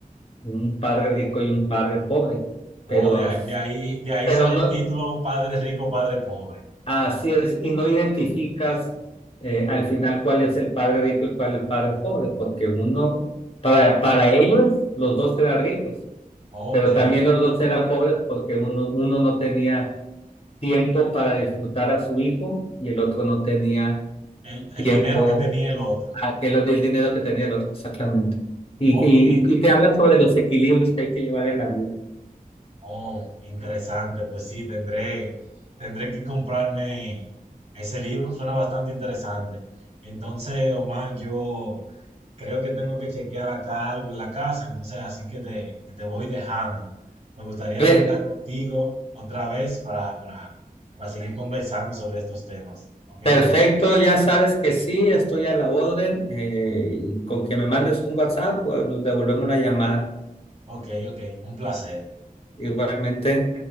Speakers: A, on the left (about 40°); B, on the right (about 45°).
A: un padre rico y un padre pobre,
B: Oh,
A: pero,
B: de, ahí, de ahí de ahí
A: pero
B: sale el
A: no,
B: título Padre Rico, Padre Pobre.
A: así es, y no identificas eh, al final cuál es el padre rico y cuál es el padre pobre, porque uno, para, para ellos, los dos eran ricos,
B: Ok.
A: pero también los dos eran pobres porque uno, uno no tenía tiempo para disfrutar a su hijo y el otro no tenía
B: El,
A: tiempo,
B: el dinero que tenía el otro.
A: aquel del dinero que tenía el otro, exactamente. Y,
B: Ok,
A: y, y te habla sobre los equilibrios que hay que llevar en la vida.
B: oh, interesante, pues sí, tendré, tendré que comprarme ese libro, suena bastante interesante. Entonces, Omar, yo creo que tengo que chequear acá algo en la casa, entonces así que te, que te voy dejando. Me gustaría
A: Re-
B: conectar contigo otra vez para, para, para seguir conversando sobre estos temas, ¿ok?
A: perfecto, ya sabes que sí, estoy a la orden. eh, y con que me mandes un WhatsApp, pues, nos devolvemos la llamada.
B: Ok, ok, un placer.
A: Igualmente.